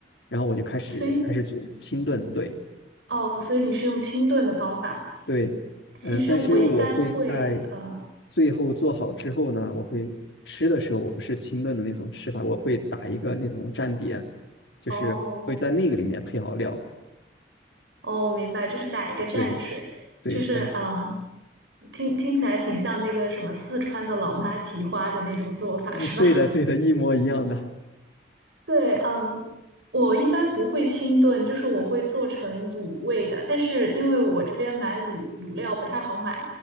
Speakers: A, on the left (about 80°); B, on the right (about 80°).
A: 然后我就开始开始煮清炖，
B: 所以
A: 对，
B: 哦，所以你是用清炖的方法。
A: 对，
B: 其实我一般会，
A: 呃，但是我会在
B: 嗯，
A: 最后做好之后呢，我会吃的时候，我不是清炖的那种吃法，我会打一个那种蘸碟，就是会在那个里面配好料。
B: 哦。哦，我明白，就是打一个蘸水，
A: 对对算是
B: 就是嗯，听听起来挺像那个什么四川的老妈蹄花的那种做法，
A: <laughs> 啊，
B: 是吧？
A: 对的对的，一模一样的
B: 对，嗯，我一般不会清炖，就是我会做成卤味的。但是因为我这边买卤卤料不太好买，